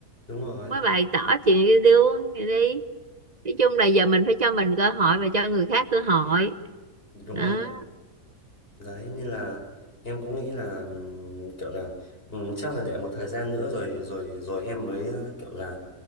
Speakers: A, on the left; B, on the right.
A: Đúng rồi,
B: mới bày tỏ chuyện yêu đương vậy đi nói chung là giờ mình phải cho mình cơ hội và cho người khác cơ hội
A: đúng
B: đó
A: rồi. Đấy nên là em cũng nghĩ là ừm, kiểu là ừm, chắc là để một thời gian nữa rồi rồi rồi em mới ờ, kiểu là